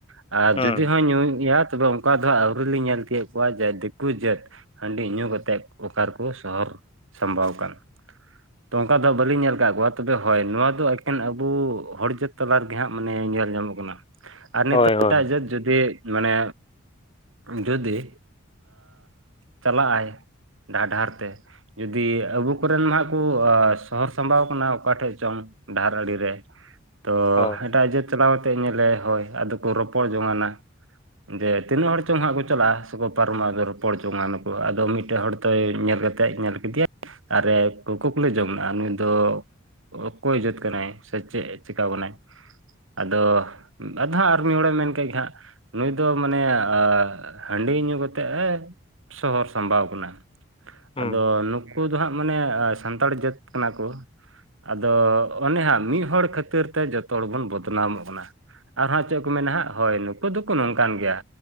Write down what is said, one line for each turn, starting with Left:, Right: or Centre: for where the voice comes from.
Right: ᱟᱨ
Left: ᱦᱩᱸ
Right: ᱡᱩᱫᱤ ᱦᱚᱭ ᱧᱩᱭ ᱜᱮᱭᱟ ᱛᱚᱵᱮ ᱚᱱᱠᱟ ᱫᱚ ᱟᱹᱣᱨᱤ ᱞ᱾ᱤᱧ ᱧᱮᱞ ᱛᱤᱭᱳᱜ ᱠᱚᱣᱟ ᱡᱮ ᱫᱤᱠᱩ ᱡᱟᱹᱛ ᱦᱟᱺᱰᱤ ᱧᱩ ᱠᱟᱛᱮᱫ ᱚᱠᱟ ᱨᱮᱠᱚ ᱥᱚᱦᱚᱨ ᱥᱟᱢᱵᱟᱣ ᱟᱠᱟᱱ᱾ <inaudible> ᱛᱚ ᱚᱱᱠᱟ ᱫᱚ ᱦᱟᱜ ᱵᱟᱹᱞᱤᱧ ᱧᱮᱞ ᱟᱠᱟᱫ ᱠᱚᱣᱟ ᱛᱚᱵᱮ ᱦᱳᱭ ᱱᱚᱣᱟ ᱫᱚ ᱮᱠᱮᱱ ᱟᱵᱚ ᱦᱚᱲ ᱡᱟᱹᱛ ᱛᱟᱞᱟ ᱨᱮᱜᱮ ᱦᱟᱸᱜ ᱢᱟᱱᱮ ᱧᱮᱞ ᱧᱟᱢᱚᱜ ᱠᱟᱱᱟ᱾ ᱟᱨ ᱱᱤᱛᱚᱜ
Left: ᱦᱳᱭ ᱦᱳᱭ
Right: ᱮᱴᱟᱜ ᱡᱟᱹᱛ ᱡᱩᱫᱤ ᱢᱟᱱᱮ ᱡᱩᱫᱤ ᱪᱟᱞᱟᱜᱼ ᱟᱭ ᱰᱟᱦᱟᱨ ᱰᱟᱦᱟᱨ ᱛᱮ ᱡᱩᱫᱤ ᱟᱵᱩ ᱠᱚᱨᱮᱱ ᱢᱟ ᱦᱟᱜ ᱠᱚ ᱥᱚᱦᱚᱨ ᱥᱟᱢᱵᱟᱣ ᱟᱠᱟᱱᱟ ᱚᱠᱟᱴᱷᱮᱱ ᱪᱚᱝ᱾ ᱰᱟᱦᱟᱨ ᱟᱲᱮ ᱨᱮ ᱛᱚ
Left: ᱦᱳᱭ
Right: ᱮᱴᱟᱜ ᱡᱟᱹᱛ ᱪᱟᱞᱟᱣ ᱠᱟᱛᱮ ᱧᱮᱞᱮ ᱦᱳᱭ ᱟᱫᱚ ᱠᱚ ᱨᱚᱯᱚᱲ ᱡᱚᱝᱟᱱᱟ ᱡᱮ ᱛᱤᱱᱟᱹᱜ ᱦᱚᱲ ᱪᱚᱝ ᱦᱟᱸᱜ ᱠᱚ ᱪᱟᱞᱟᱜᱼᱟ᱾ ᱠᱚ ᱯᱟᱨᱚᱢᱚᱜᱼᱟ ᱟᱫᱚ ᱨᱚᱯᱚᱲ ᱡᱚᱝᱟᱱᱠᱚ ᱟᱫᱚ ᱢᱤᱫᱴᱮᱱ ᱦᱚᱲ ᱛᱚᱭ ᱧᱮᱞ ᱠᱟᱛᱮᱫ ᱧᱮᱞ ᱠᱮᱫᱮᱭᱟ ᱾ ᱟᱨᱮ ᱠᱳᱠᱟ ᱠᱚᱞᱮ ᱡᱚᱢ ᱫᱟ ᱟᱨ ᱱᱩᱭ ᱫᱚ ᱚᱠᱚᱭ ᱡᱟᱹᱛ ᱠᱟᱱᱟᱭ ᱥᱮ ᱪᱮᱫ ᱪᱮᱠᱟ ᱵᱚᱱᱟᱭ ᱟᱫᱚ ᱟᱫᱚ ᱦᱟᱸᱜ ᱟᱨ ᱢᱤᱫ ᱦᱚᱲᱮ ᱢᱮᱱ ᱠᱮᱫᱮᱜ ᱜᱮ ᱦᱟᱸᱜ ᱱᱩᱭ ᱫᱚ ᱢᱟᱱᱮ ᱦᱟᱺᱰᱤ ᱧᱩ ᱠᱟᱛᱮᱫ ᱮ ᱥᱚᱦᱚᱨ ᱥᱟᱢᱵᱟᱣ ᱟᱠᱟᱱᱟ᱾
Left: ᱦᱩᱸ
Right: ᱟᱫᱚ ᱱᱩᱠᱩ ᱫᱚ ᱦᱟᱸᱜ ᱢᱟᱱᱮ ᱥᱟᱱᱛᱟᱲ ᱡᱟᱹᱛ ᱠᱟᱱᱟ ᱠᱚ᱾ ᱟᱫᱚ ᱚᱱᱮ ᱦᱟᱸᱜ ᱢᱤᱫ ᱦᱚᱲ ᱠᱷᱟᱹᱛᱤᱨ ᱛᱮ ᱡᱚᱛᱚ ᱦᱚᱲ ᱵᱚᱱ ᱵᱚᱫᱱᱟᱢᱚᱜ ᱠᱟᱱᱟ ᱟᱨᱦᱟᱸᱜ ᱪᱮᱫ ᱠᱚ ᱢᱮᱱᱟ ᱱᱟᱦᱟᱜ ᱦᱳᱭ ᱱᱩᱠᱩ ᱫᱚᱠᱚ ᱱᱚᱝᱠᱟᱱ ᱜᱮᱭᱟ